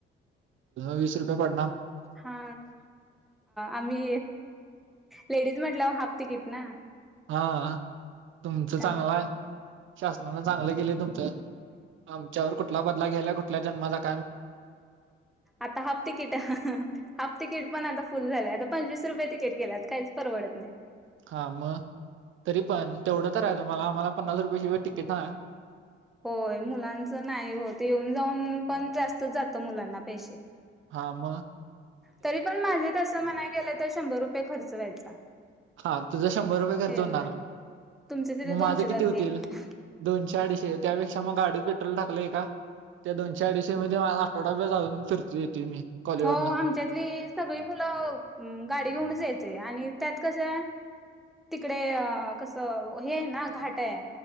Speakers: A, on the right (about 75°); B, in the centre.
A: वीस रुपये पाड
B: हा आम्ही लेडीज म्हटलं हाफ तिकीट ना
A: हा तुमचं
B: त्यामुळे
A: चांगलंय शासनानं चांगलं केलंय तुमचं आमच्यावर कुठला बदला घ्यायला कुठल्या जन्म चा
B: आता हाफ तिकीटहा हा हाफ तिकीट पण आता फुल झाले आता पंचवीस रुपये तिकीट केेलात काहीच परवडत नाही
A: हा म, तरी पण तेवढं तर आहे तुम्हाला आमला पन्नास रुपय शिवाय तिकीट नाय.
B: होय मुलांच नाही होत येऊन जाऊन पण जास्तच जातं मुलांना पैसे
A: हा म
B: तरी पण माझे तस म्हणाय गेलं तर शंभर रुपये खर्च व्हायचा.
A: हा, तुझं शंभर रुपये खर्च
B: येऊन
A: होणार.
B: जाय तुमचे तिथे
A: मग
B: दोनशे
A: माझं
B: जातील
A: किती होतील
B: हा हा
A: दोनशे अडीचशे त्यापेक्षा मग गाडीत पेट्रोल टाकलंय का? त्या दोनशे अडीचशे मध्ये आठवडा्या जाऊन फिरती येतो मी कॉलेजवरनं
B: हो आमच्यातली सगळी मुलं गाडी घेऊनच यायच आणि त्यात कसं तिकडे कस हे आहे ना घाट आहे